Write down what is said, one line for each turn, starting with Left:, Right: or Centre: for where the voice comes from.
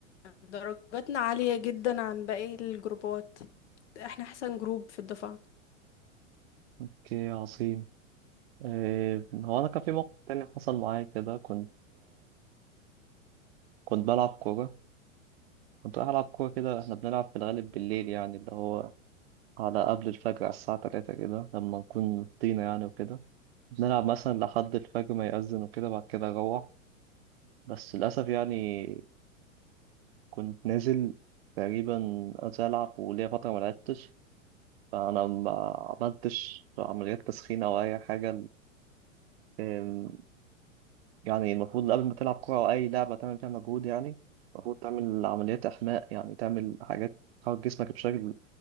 Left: درجاتنا عالية جدا عن باقي الجروبات احنا احسن جروب في الدفعة
Right: اوكي عظيم آه، هو انا كان في موقف تاني حصل معايا كده كنت كنت بلعب كورة كنت رايح ألعب كورة كده احنا بنلعب في الغالب بالليل يعني اللي هو على قبل الفجر على الساعة تلاتة كده لما نكون طينة يعني وكده بنلعب مثلا لحد الفجر ما يأذن وكده بعد كده أروح بس للأسف يعني كنت نازل تقريبا عايز ألعب وليا فترة ما لعبتش فأنا ما عملتش عمليات تسخين أو أي حاجة أم، يعني المفروض قبل ما تلعب كورة أو أي لعبة تعمل فيها مجهود يعني المفروض تعمل عمليات إحماء يعني تعمل حاجات تحرك جسمك بشكل